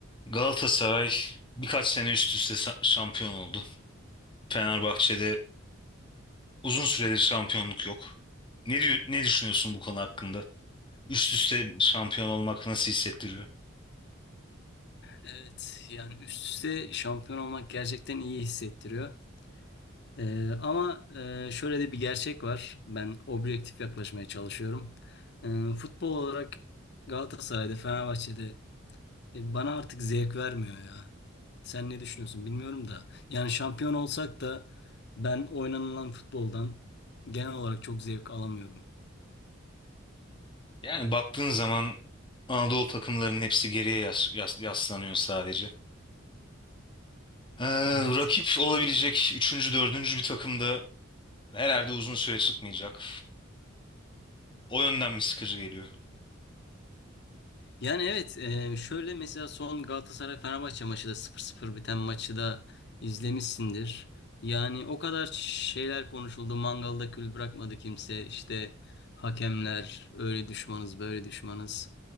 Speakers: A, on the left; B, on the left.
A: Galatasaray birkaç sene üst üste sa- şampiyon oldu. Fenerbahçe'de uzun süredir şampiyonluk yok. Ne diyor, ne düşünüyorsun bu konu hakkında? Üst üste şampiyon olmak nasıl hissettiriyor?
B: Evet yani üst üste şampiyon olmak gerçekten iyi hissettiriyor. Ee, ama e, şöyle de bir gerçek var. Ben objektif yaklaşmaya çalışıyorum. Ee, futbol olarak Galatasaray'da, Fenerbahçe'de e, bana artık zevk vermiyor ya. Sen ne düşünüyorsun bilmiyorum da. Yani şampiyon olsak da ben oynanılan futboldan genel olarak çok zevk alamıyorum.
A: Yani baktığın zaman Anadolu takımlarının hepsi geriye yas- yas- yaslanıyor sadece. Ee,
B: Evet.
A: rakip olabilecek üçüncü, dördüncü bir takım da herhalde uzun süre çıkmayacak. O yönden mi sıkıcı geliyor?
B: Yani evet e, şöyle mesela son Galatasaray-Fenerbahçe maçı da sıfır 0 biten maçı da izlemişsindir. Yani o kadar şeyler konuşuldu. Mangalda kül bırakmadı kimse. İşte hakemler öyle düşmanız böyle düşmanız.